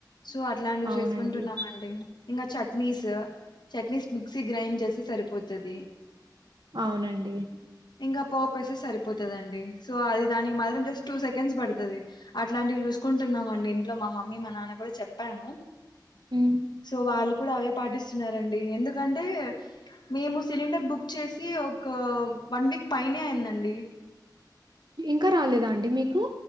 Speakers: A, on the left; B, on the right.
A: సో అట్లాంటివి
B: అవునండి
A: చేసుకుంటున్నామండి ఇంకా చట్నీస్ చట్నీస్ మిక్సీ గ్రైండ్ చేస్తే సరిపోతది
B: అవునండి
A: ఇంకా పోపేస్తె సరిపోతదండి సో అది దానికి మాత్రం జస్ట్ టూ సెకండ్స్ పడుతది అట్లాంటివి చూసుకుంటున్నామండి ంటున్నాండి ఇంట్లో మా మమ్మీ మా నాన్న కూడా చెప్పాను
B: హ్మ్.
A: సో వాళ్ళు కూడా అవే పాటిస్తున్నారండి ఎందుకంటే మేము సిలిండర్ బుక్ చేసి ఒక వన్ వీక్ పైనే అయిందండి
B: ఇంకా రాలేదా అండి మీకు